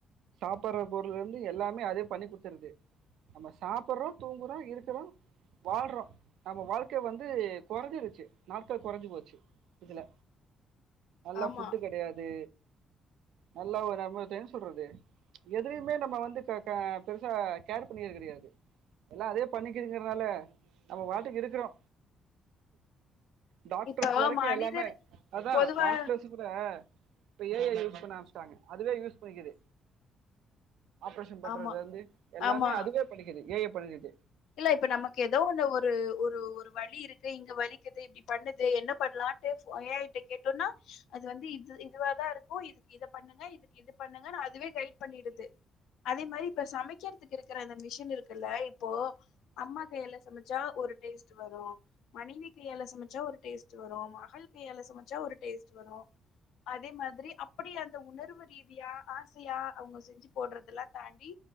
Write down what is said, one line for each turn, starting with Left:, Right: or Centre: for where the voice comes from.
Right: சாப்புற பொருளலிருந்து எல்லாமே அதே பண்ணி குத்துறுது நம்ம சாப்புற்றோ தூங்குறோ இருக்குறோ வாழ்றோ நம்ம வாழ்க்க வந்து கொறஞ்சிருச்சு நாட்கள் கொறஞ்சு போச்சு இதுல நல்ல
Left: ஆமா
Right: ஃபுட்டு் கெடையாது நல்லா ஒரு நம்மத்த என்ன சொல்றது எதுலையுமே நம்ம வந்து கே க பெருசா கேர் பண்ணியது கெடையாது எல்லா அதே பண்ணிக்கிதுங்றனால நம்ம வாட்டுக்கு இருக்குறோ டாக்டர்ஸ்
Left: இப்ப
Right: வரைக்கு
Left: மனிதர்
Right: எல்லாமே அதா
Left: பொதுவா
Right: லாக்லஸ் ‌டீ கூட இப்ப ஏ‌ ஐ யூஸ் பண்ண ஆரம்ச்சிட்டாங்க அதுவே யூஸ் பண்ணிகுது ஆப்ரேஷன் பண்றது
Left: ஆமா
Right: வந்து எல்லாமே
Left: ஆமா
Right: அதுவே பண்ணிக்கிது ஏ ஐ பண்ணிக்கிது
Left: இல்ல இப்ப நமக்கு ஏதோ ஒன்னு ஒரு ஒரு ஒரு ஒரு வழி இருக்கு இங்க வலிக்குது இப்டி பண்ணுது என்ன பண்லான்ட்டு ஏ‌ ஐ கிட்ட கேட்டோனா அது வந்து இது இதுவாதா இருக்கு இதுக்கு இத பண்ணுங்க இதுக்கு இது பண்ணுங்க அதுவே கைட் பண்ணக் பண்ணிடுது அதே மாரி இப்ப சமைக்கிறதுக்கு இருக்கற அந்த மிஷின் இருக்குல்ல இப்போ அம்மா கைல சமச்சா ஒரு டேஸ்ட் வரு மனைவி கையால சமச்சா ஒரு டேஸ்ட் வரு மகள் கையால சமச்சா ஒரு டேஸ்ட் வரு அதே மாதிரி அப்டி அந்த உணர்வு ரீதியா ஆசையா அவுங்க செஞ் போட்றதெல்லா தாண்டி